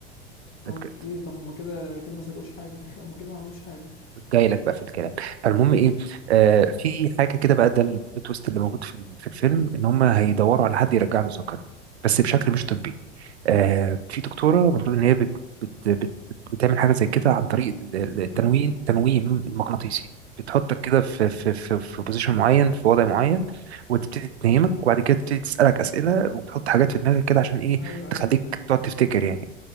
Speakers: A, on the left; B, on the right.
A: اوكي
B: ده بجد
A: طب هما كده كده ما سرقوش حاجة <laughs> هما كده ما عملوش حاجة
B: جاي لك بقى في الكلام فالمهم ايه آه في حاجه كده بقى ده البلوت تويست اللي موجود في ال- في الفيلم ان هم هيدوروا على حد يرجع له الذاكره بس بشكل مش طبي آه في دكتوره المفروض ان هي بت بت بت بت بتعمل حاجه زي كده عن طريق ال- ال- التنويم التنويم المغناطيسي بتحطك كده في في في في بوزيشن معين في وضع معين وتبتدي تنيمك وبعد كده تبتدي تسالك اسئله وبتحط حاجات في دماغك كده عشان ايه
A: ايوه ايوه
B: تخليك
A: تمام
B: تقعد تفتكر يعني